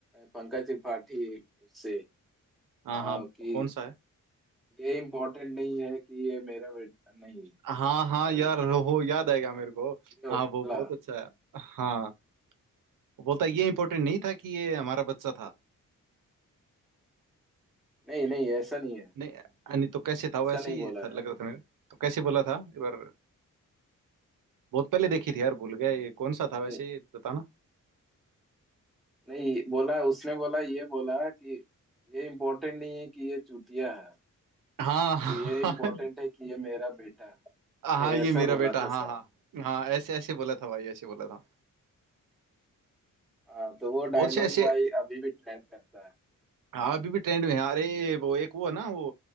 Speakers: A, in the centre; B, on the right (about 75°).
A: पंकज त्रिपाठी से
B: हाँ
A: आ,
B: हाँ
A: कि
B: कौन सा है
A: ये इम्पोर्टेंट नहीं है कि ये मेरा बेटा नहीं क्या
B: हाँ
A: था
B: हाँ यार
A: यार
B: हो याद आएगा मेरे को
A: ये
B: हाँ
A: बोला
B: वो बहुत अच्छा है हाँ वो बोलता है, ये इम्पोर्टेंट नहीं था कि ये हमारा बच्चा था
A: नहीं नहीं ऐसा नहीं है
B: नहीं नहीं तो कैसे था
A: ऐसा
B: वैसे
A: नहीं
B: ही
A: बोला
B: था, लग
A: यार
B: रहा था मेरे तो कैसे बोला था एक बार बहुत पहले देखी थी यार भूल गया ये कौन सा था वैसे
A: नहीं
B: बताना
A: नहीं बोला उसने बोला ये बोला कि ये इम्पोर्टेंट नहीं है कि ये चूतिया है
B: हाँ हाँ
A: ये इम्पोर्टेंट है कि ये मेरा बेटा है
B: हाँ
A: ये
B: ये
A: ऐसा
B: मेरा
A: बोला
B: बेटा
A: था
B: हाँ
A: शायद
B: हाँ हाँ ऐसे ऐसे बोला था भाई ऐसे बोला था
A: हाँ तो वो
B: बहुत
A: डायलॉग
B: से ऐसे
A: भाई अभी भी ट्रेंड करता है
B: हाँ अभी भी ट्रेंड में है अरे वो एक वो है ना वो